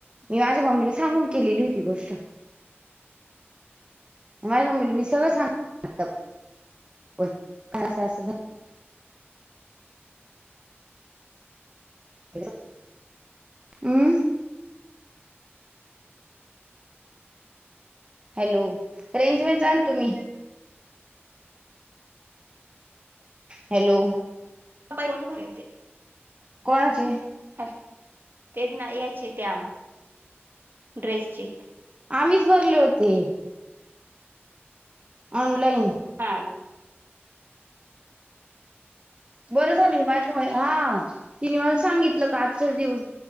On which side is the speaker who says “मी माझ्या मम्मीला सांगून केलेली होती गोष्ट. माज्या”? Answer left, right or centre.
Right